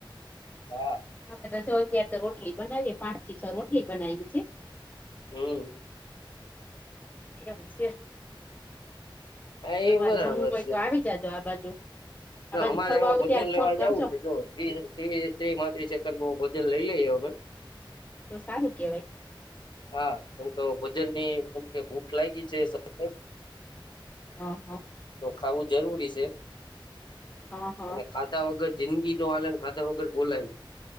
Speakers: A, on the left; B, on the left.
A: હા.
B: અ તો ચ તાર તો રોટલી બનાવીએ પાંચ થી છ રોટલી બનાયવી છે.
A: હમ.
B: એમ શે.
A: હા
B: તમારે
A: એ બરાબર
B: જમવું હોય
A: છે
B: તો આવી જાજો આ બાજુ. આ બાજુ
A: અમારે
B: ફરવા
A: હ
B: આવો
A: ભોજન
B: ત્યારે
A: લેવા
B: ફોન કરજો
A: જવું છે જો ત્રી પાત્રીસ સેકન્ડમાં ભોજન લઈ લઈએ અમે.
B: તો સારું કેવાય.
A: હા કેમકે ભોજનની કેમ કે ભૂખ લાયગી છે સતત.
B: હ હા.
A: તો ખાવું જરૂરી છે.
B: હા હા.
A: અને ખાધા વગર જિંદગી નો હાલે ખાધા વગર બોલાય ની.